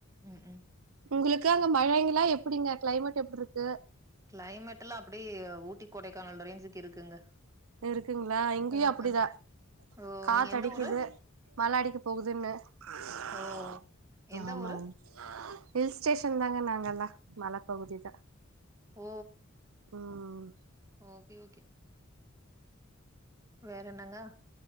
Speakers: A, on the right; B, on the right.
A: ம்ஹ்ம்.
B: உங்களுக்கு இருக்காங்க மழைங்கெல்லாம் எப்படிங்க கிளைமேட் எப்படி இருக்கு
A: கிளைமேட் எல்லாம் அப்டியே ஊட்டி கொடைக்கானல் ரேஞ்சுக்கு இருக்குங்க
B: இருக்குங்களா இங்கயும்
A: அஹ.
B: அப்டிதான்
A: ஓ!
B: காத்து
A: நீங்க எந்த
B: அடிக்குது
A: ஊரு?
B: மழை அடிக்க போகுதுன்னு ஆமா
A: ஓ! எந்த ஊரு?
B: ஆமா இல் ஸ்டேஷன் தாங்க நாங்கெல்லா மலை பகுதி தான்
A: ஓ
B: உம்
A: ஓகே ஓகே வேற என்னங்க